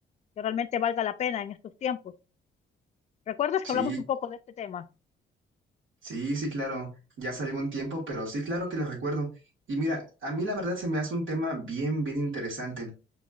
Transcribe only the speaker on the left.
que realmente valga la pena en estos tiempos. ¿Recuerdas que
hablamos un poco de este tema?